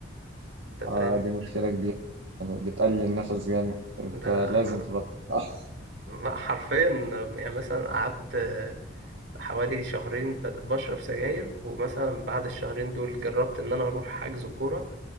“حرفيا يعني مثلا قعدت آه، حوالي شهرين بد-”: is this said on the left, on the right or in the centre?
Right